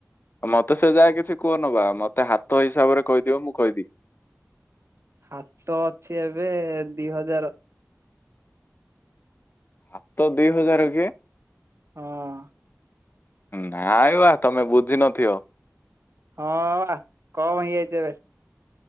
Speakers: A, on the left (about 45°); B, on the right (about 65°).
A: ମତେ ସେ ଯାଗା କିଛି କୁହନା ବା, ମତେ ହାତ ହିସାବରେ କହିଦିବ ମୁଁ କହିଦି
B: ହାତ ଅଛି ଏବେ, ଦି ହଜାର।
A: ହାତ ଦି ହଜାର କିଏ।
B: ହଁ।
A: ନାଇବା ତମେ ବୁଝିିନଥିବ?
B: ହଁ, ବା କମ୍ ହେଇଯାଇଛି ଏବେ!